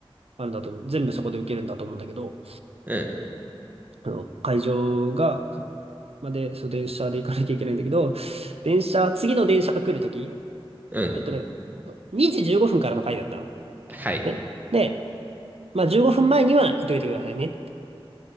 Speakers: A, on the right (about 80°); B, on the right (about 20°).
A: あるんだと思う。全部そこで受けるんだと思うんだけど、
B: うん。
A: あの、会場が、そう、まで、そう、電車で行かなきゃいけないんだけど、電車、次の電車が来るとき、
B: うん。
A: あえっとね、2時15分からの回だったの。
B: はい。
A: ね。で、まあ15分前には行っといてくださいね。